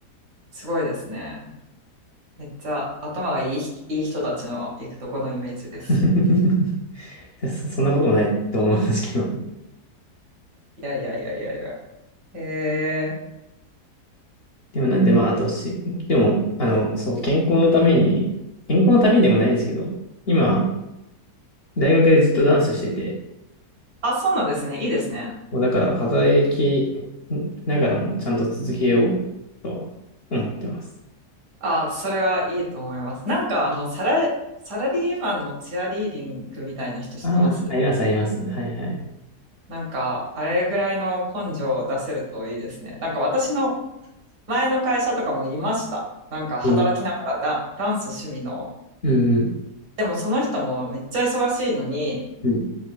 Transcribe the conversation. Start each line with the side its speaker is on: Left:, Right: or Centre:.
Right: すごいですね。めっちゃ頭がいいひ、いい人たちの行くとこのイメージです。
Left: <laughs> でそ、<laughs> そんなこともないと思うんですけど。
Right: いやいやいやいやいや。へえ。
Left: でもなんで、まあ、あとし、でも、あの、そう、健康のために、健康のためにでもないんですけど、今、大学でずっとダンスしてて、
Right: あ、そうなんですね。いいですね。
Left: もうだから働きながらもちゃんと続けようと思ってます。
Right: あ、それはいいと思います。なんか、あの、サラ、サラリーマンのチアリーディングみたいな人知ってます
Left: ああ、あります、あります。はい、はい。
Right: なんか、あれぐらいの根性を出せるといいですね。なんか、私の前の会社とかもいました。なんか、働きながらダ、
Left: えー、
Right: ダンス趣味の。
Left: うん、うん。
Right: でも、その人もめっちゃ忙しいのに、
Left: うん